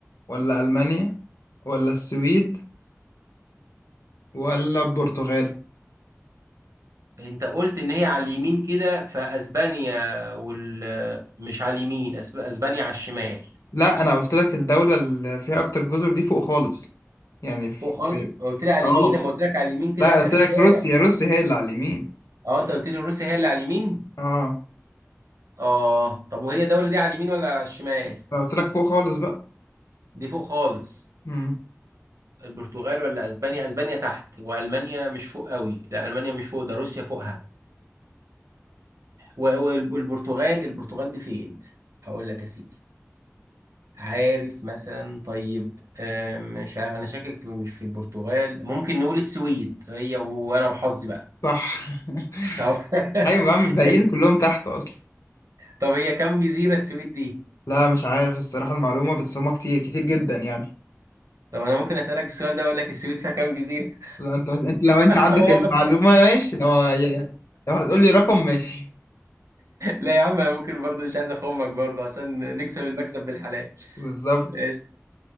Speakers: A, on the left; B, on the right.
A: ولا المانيا ولا السويد ولا البرتغال
B: انت قلت ان هي على اليمين كده فاسبانيا وال مش على اليمين أسب- اسبانيا على الشمال
A: لا انا قلت لك الدوله اللي فيها اكتر جزر دي فوق خالص يعني في
B: فوق خالص قلت لي على
A: اه
B: اليمين لما قلت لك على اليمين كده
A: لا
B: اخر
A: قلت
B: الشارع
A: لك روسيا روسيا هي اللي على اليمين
B: اه انت قلت لي روسيا هي اللي على اليمين
A: اه
B: اه طب وهي الدولة دي على اليمين ولا على الشمال
A: انا قلت لك فوق خالص بقى
B: دي فوق خالص
A: امم
B: البرتغال ولا اسبانيا اسبانيا تحت والمانيا مش فوق قوي لا المانيا مش فوق ده روسيا فوقها و- والبرتغال البرتغال دي فين هقول لك يا سيدي عارف مثلا طيب آه، مش عارف انا شاكك في- مش في البرتغال ممكن نقول السويد هي وانا وحظي بقى
A: صح <laughs>
B: طب
A: ايوه بعمل الباقيين
B: <laughs> ده-
A: كلهم تحت اصلا
B: طب هي كام جزيرة السويد دي
A: لا مش عارف الصراحه المعلومه بس هما كتير كتير جدا يعني
B: طب انا ممكن اسالك السؤال ده واقول لك السويد فيها كام جزيرة
A: لو انت انت لو انت عندك
B: واخد-
A: المعلومه ماشي لو لو هتقول لي رقم ماشي
B: لا يا عم انا ممكن برضه مش عايز اخمك برضه عشان نكسب المكسب بالحلال
A: <laughs> بالظبط
B: ماشي.